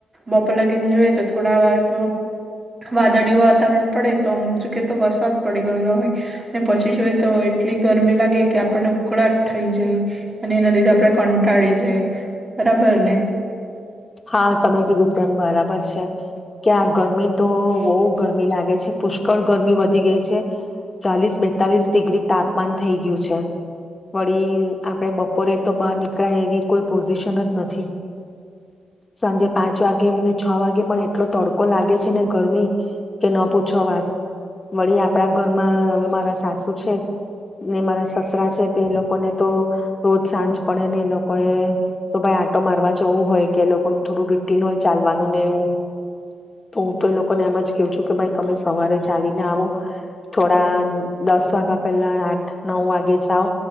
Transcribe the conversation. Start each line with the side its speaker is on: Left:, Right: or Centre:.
Right: બપો લગીને જોઈએ તો થોડા વાર તો વાદળી વાતાવરણ પડે તો અમુક જગ્યાએ તો વસત પડી ગયેલો હોય પછી જોઈએ તો એટલી ગરમી લાગે કે આપણને ઉકળાટ થઈ જાય, અને એના લીધે આપણે કંટાળી જાય બરાબર ને?
Left: હા તમે કીધું તેમ બરાબર છે, ક્યાં ગરમી તો બઉ ગરમી લાગે છે પુષ્કળ ગરમી વધી ગઈ છે. ચાલીસ બેતાલીસ ડિગ્રી તાપમાન થઈ ગયું છે વળી આપડે બપોરે તો બહાર નીકળાય એવી કોઈ પોઝિશન જ નથી. સાંજે પાંચ વાગે ને છ વાગે પણ એટલો તડકો લાગે છે ને ગરમી કે ન પૂછો વાત વળી આપડા ઘરમાં મારા સાસુ છે ને મારા સસરા છે, તે એ લોકોને તો રોજ સાંજ પડે ને એ લોકોએ તો ભાઈ આટો મારવા જવું હોય. કે એ લોકોનું થોડું રૂટીન હોય ચાલવાનું ને એવું તો હું તો એ લોકોને એમ જ કું છું કે ભાઈ તમે સવારે ચાલીને આવો થોડા દસ વાગ્યા પહેલા આઠ નવ વાગે જાઓ,